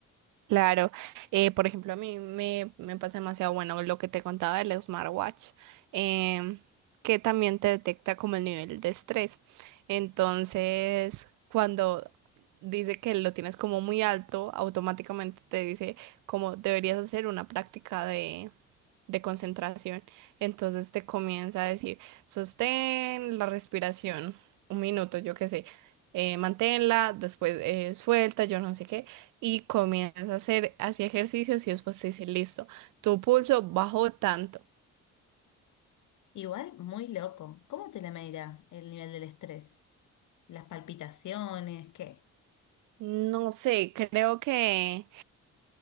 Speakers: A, on the right (about 80°); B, on the left (about 75°).
A: Claro, eh, por ejemplo, a mí me, me pasa demasiado bueno lo que te contaba del smartwatch, em, que también te detecta como el nivel de estrés. Entonces, cuando dice que lo tienes como muy alto, automáticamente te dice como deberías hacer una práctica de, de concentración. Entonces te comienza a decir, sostén la respiración, un minuto, yo qué sé, eh, manténla, después eh, suelta, yo no sé qué, y comienza a hacer así ejercicios y después te dice, listo, tu pulso bajó tanto.
B: Igual, muy loco. ¿Cómo te la medirá el nivel del estrés? ¿Las palpitaciones? ¿Qué?
A: No sé, creo que,